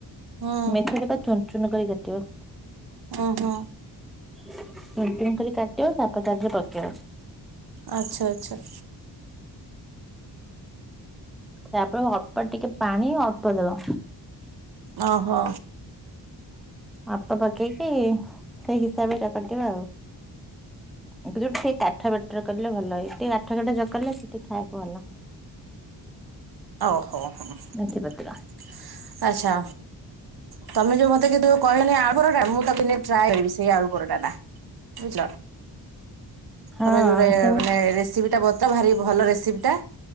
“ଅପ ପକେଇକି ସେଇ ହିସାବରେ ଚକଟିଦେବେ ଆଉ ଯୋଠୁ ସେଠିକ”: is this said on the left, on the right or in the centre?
Centre